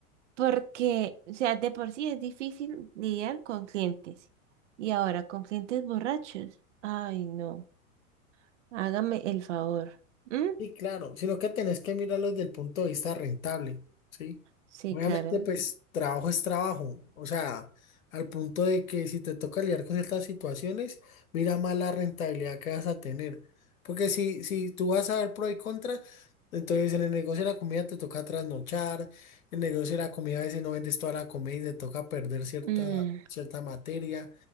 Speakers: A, on the right (about 55°); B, on the left (about 65°).
A: porque, o sea, de por sí es difícil lidiar con clientes. Y ahora con clientes borrachos. Ay, no, hágame el favor. ¿Mm?
B: Sí, claro, sino que tenés que mirarlo desde el punto de vista rentable, ¿sí?
A: Sí,
B: Obviamente,
A: claro.
B: pues trabajo es trabajo, o sea, al punto de que si te toca lidiar con estas situaciones, mira más la rentabilidad que vas a tener. Porque si, si tú vas a ver pro y contra, entonces en el negocio de la comida te toca trasnochar, en el negocio de la comida a veces no vendes toda la comida y te toca perder cierta,
A: Mm,
B: cierta materia.